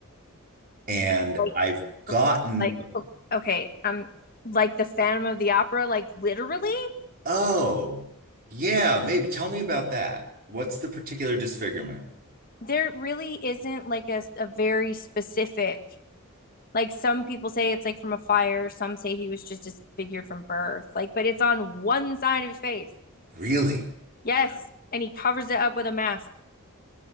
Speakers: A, on the right; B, on the left.
A: And
B: Like
A: I've gotten,
B: like
A: a-
B: okay, um like the Phantom of the Opera like literally?
A: oh, yeah, maybe tell me about that. What's the particular disfigurement?
B: there really isn't like a, a very specific like some people say it's like from a fire some say he was just disfigured from birth like but it's on one side of his face
A: Really?
B: yes and he covers it up with a mask